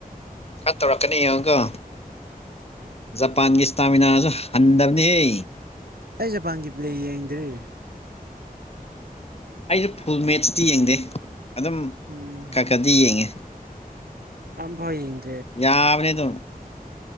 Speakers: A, on the left; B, on the right.
A: ꯈꯔ ꯇꯧꯔꯛꯀꯅꯤ ꯌꯦꯡꯉꯣꯀꯣ ꯖꯄꯥꯟꯒꯤ ꯏꯁꯇꯥꯃꯤꯅꯥꯖꯨ ꯍꯟꯗꯕꯅꯤꯍꯦ
B: ꯑꯩ ꯖꯄꯥꯟꯒꯤ ꯄ꯭ꯂꯦ ꯌꯦꯡꯗ꯭ꯔꯤ
A: ꯑꯩꯩꯖꯨ ꯐꯨꯜ ꯃꯦꯠꯁꯇꯤ ꯌꯦꯡꯗꯦ ꯑꯗꯨꯝ
B: ꯎꯝ
A: ꯈ ꯈꯗꯤ ꯌꯦꯡꯉꯦ
B: ꯑꯝꯐꯧ ꯌꯦꯡ
A: ꯌꯥꯕꯅꯦ ꯑꯗꯨꯝ